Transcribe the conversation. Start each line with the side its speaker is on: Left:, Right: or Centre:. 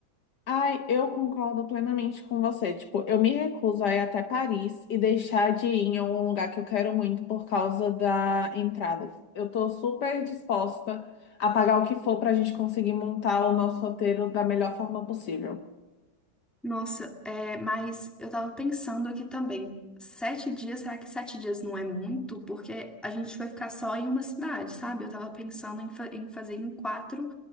Left: Ai, eu concordo plenamente com você. Tipo, eu me recuso a ir até Paris e deixar de ir em um lugar que eu quero muito por causa da entrada. Eu tô super disposta a pagar o que for para a gente conseguir montar o nosso roteiro da melhor forma possível.
Centre: Nossa, é, mas eu tava pensando aqui também. Sete dias, será que sete dias não é muito? Porque a gente vai ficar só em uma cidade, sabe? Eu tava pensando em, fa- em fazer em quatro